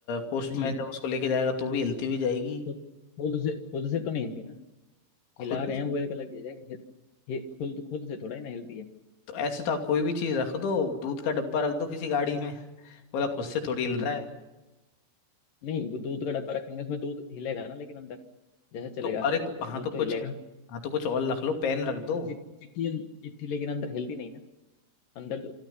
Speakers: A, on the left; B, on the left.
A: पोस्टमैन
B: नहीं
A: जब उसको लेके जाएगा तो भी हिलती हुई जाएगी
B: खुद खुद से खुद से तो नहीं हिलती ना हिला
A: खुद
B: रहे हैं वो एक अलग चीज है हि- हि- खुद खुद से थोड़ा ही ना हिलती है
A: तो ऐसे तो आप कोई भी चीज़ रख दो दूध का डब्बा रख दो किसी गाड़ी में बोला खुद से थोड़ी हिल
B: हम्म
A: रहा है
B: नहीं वो दूध का डब्बा रखेंगे उसमें दूध हिलेगा ना लेकिन अंदर जैसे चलेगा
A: तो अरे
B: तो
A: को- हाँ
B: दूध
A: तो कुछ
B: तो हिलेगा
A: हाँ तो कुछ और रख लो पेन रख दो
B: तो चि, चिट्ठी चिट्ठी लेकिन अंदर हिलती नहीं ना अंदर